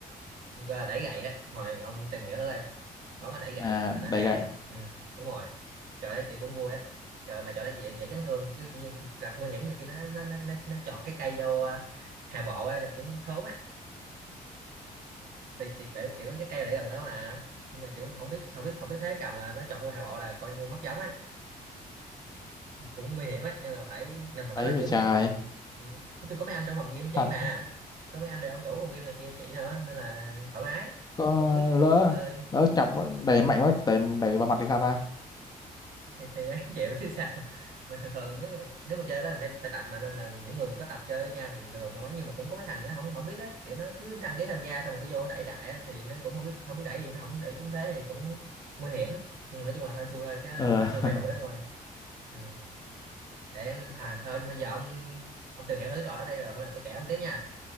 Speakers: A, on the right; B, on the left.
A: gọi là đẩy gậy á hồi ông tìm hiểu thôi bỏ mà đẩy gậy
B: à
A: là nó
B: đẩy
A: ra
B: gậy
A: ừ đúng rồi trò đấy kiểu cũng vui á trời mà trò đấy dễ, dễ chấn thương chứ như- gặp nguy hiểm nhiều khi nó nó nó nó, nó chọt cái cây vô à, hạ bộ ấy là cũng thốn thì kiểu kiểu kiểu cái cây để gần đó mà nhưng mà kiểu không biết không biết không biết thế cầm là nó chọn cái hào bộ là coi như mất giống ấy cũng nguy hiểm ấy nên là phải làm phòng
B: ấy
A: đất là
B: bị
A: kiểu
B: trời
A: có mấy nói chung có mấy anh trong phòng game chỉ
B: thật
A: mà có mấy anh này ông chủ phòng game này kia chỉ nữa nên là thoải mái
B: có
A: cũng biết cũng
B: lỡ
A: biết chơi
B: lỡ chọc đẩy mạnh quá đẩy đẩy vào mặt thì sao ta
A: thì, thì đáng <laughs> chịu chứ sao mà thường thường nếu nếu mà chơi đó thì phải phải tập mà nên là những người có tập chơi với nhau thì thường thường không ấy nhưng mà cũng có mấy thằng nó không không biết á kiểu nó cứ đăng ký tham gia xong cái vô nó đẩy đại á, thì nó cũng không biết không biết đẩy thì nó không đẩy trúng thế thì cũng nguy hiểm nhưng mà nói chung là hên xui thôi cái
B: ờ
A: đó, hên xui may rủi
B: <laughs>
A: ông ơi ừ. để à thôi, thôi giờ ông ông tìm hiểu thử trò đó đây rồi hôm nào tôi kể ông tiếp nha